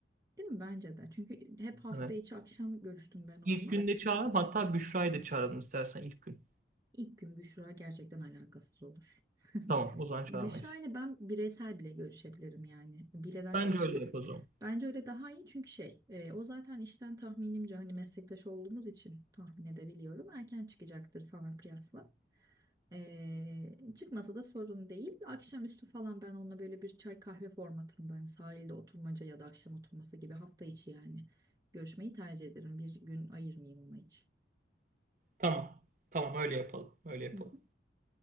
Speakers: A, on the right (about 20°); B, on the right (about 45°).
A: Değil mi? Bence de. Çünkü hep hafta
B: Evet.
A: içi akşam görüştüm ben onunla.
B: İlk günde çağırıp hatta Büşra'yı da çağıralım istersen ilk gün.
A: İlk gün Büşra gerçekten alakasız olur. <laughs>
B: Tamam o zaman çağırmayız.
A: Büşra ile ben bireysel bile görüşebilirim yani. Bileden
B: Bence
A: kastım.
B: öyle yapalım o zaman.
A: Bence öyle daha iyi çünkü şey e, o zaten işten tahminimce hani meslektaş olduğumuz için tahmin edebiliyorum. Erken çıkacaktır sana kıyasla. E, çıkmasa da sorun değil. Akşamüstü falan ben onunla böyle bir çay kahve formatında hani sahilde oturmaca ya da akşam oturması gibi hafta içi yani görüşmeyi tercih ederim. Bir gün ayırmayayım ona hiç.
B: Tamam. Tamam öyle yapalım. Öyle yapalım.
A: Hı hı.